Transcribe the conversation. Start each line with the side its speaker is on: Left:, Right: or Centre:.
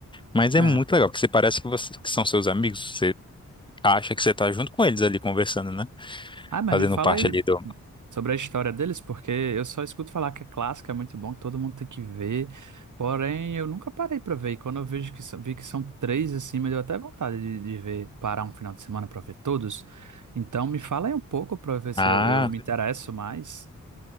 Left: Mas é
Right: é.
Left: muito legal, porque você parece que, você- que são seus amigos. Você acha que você tá junto com eles ali conversando, né?
Right: Ah, mas
Left: Fazendo
Right: me fala
Left: parte
Right: aí
Left: ali do.
Right: sobre a história deles, porque eu só escuto falar que é clássico, é muito bom, que todo mundo tem que ver. Porém, eu nunca parei pra ver. E quando eu vejo que são- vi que são três assim, me deu até vontade de, de ver, parar um final de semana pra ver todos. Então, me fala aí um pouco pra ver se
Left: Ah,
Right: eu, eu me interesso mais.